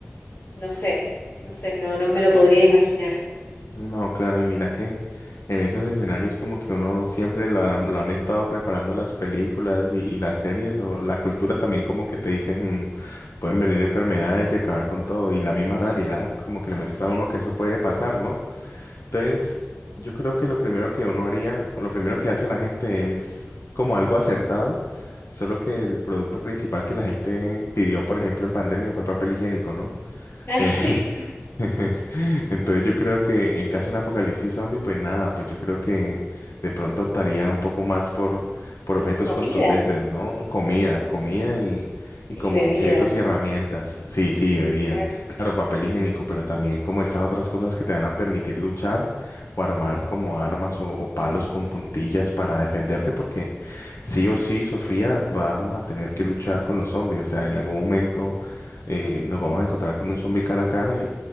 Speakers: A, on the left; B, on the left.
A: no sé, no sé, no, no me lo podría imaginar.
B: No, claro, y mira que en esos escenarios como que uno siempre lo, lo han estado preparando las películas y, y las series o la cultura también como que te dicen "Mm, pueden venir enfermedades y acabar con todo y la misma realidad como que le muestra a uno que eso puede pasar, ¿no? Entonces, yo creo que lo primero que uno haría, o lo primero que hace la gente es como algo acertado, solo que el producto principal que la gente pidió, por ejemplo, en pandemia fue el papel higiénico, ¿no?
A: <laughs> Ay,
B: <laughs>
A: sí.
B: <laughs> Entonces yo creo que en caso de un apocalipsis zombie, pues nada, pues yo creo que de pronto optaría un poco más por, por objetos
A: Comida
B: contundentes, ¿no? Comida, comida y, y
A: y
B: como
A: bebida,
B: objetos y herramientas. Sí, sí, bebida.
A: claro.
B: Claro, papel higiénico, pero también como esas otras cosas que te van a permitir luchar o armar
A: Ujú.
B: como armas o, o palos con puntillas para defenderte, porque sí o sí, Sofía, vamos a tener que luchar con los zombies. O sea, en algún momento eh, nos vamos a encontrar con un zombie cara a cara